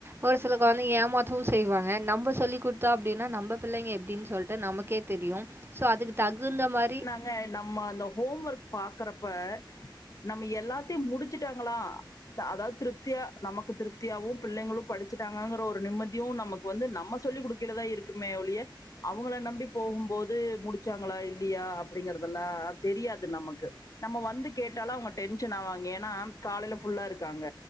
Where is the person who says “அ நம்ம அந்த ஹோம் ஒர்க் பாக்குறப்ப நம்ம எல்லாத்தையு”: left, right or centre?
Left